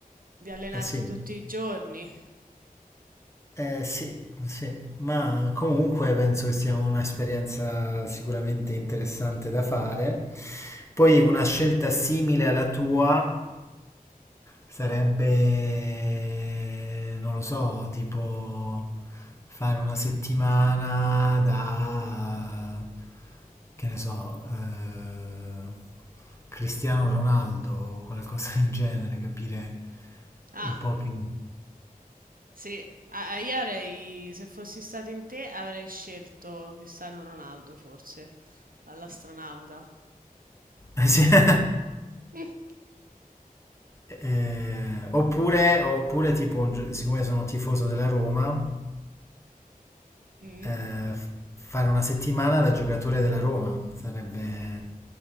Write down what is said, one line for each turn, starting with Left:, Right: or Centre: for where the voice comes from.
Right: di allenarti
Left: Eh sì.
Right: tutti i giorni.
Left: Eh, sì, sì, ma comunque penso che sia un'esperienza sicuramente interessante da fare. Poi una scelta simile alla tua sarebbe, non lo so, tipo fare una settimana da, che ne so, eh, Cristiano Ronaldo o qualcosa del genere, capire
Right: Ah,
Left: un po' che...
Right: sì, ah, io avrei, se fossi stato in te, avrei scelto Cristiano Ronaldo forse, all'astronauta.
Left: Eh, Sì. <laughs>
Right: <laughs>
Left: Eh, oppure, oppure tipo, un gio- siccome sono tifoso della Roma,
Right: Mm.
Left: eh, f- fare una settimana da giocatore della Roma sarebbe...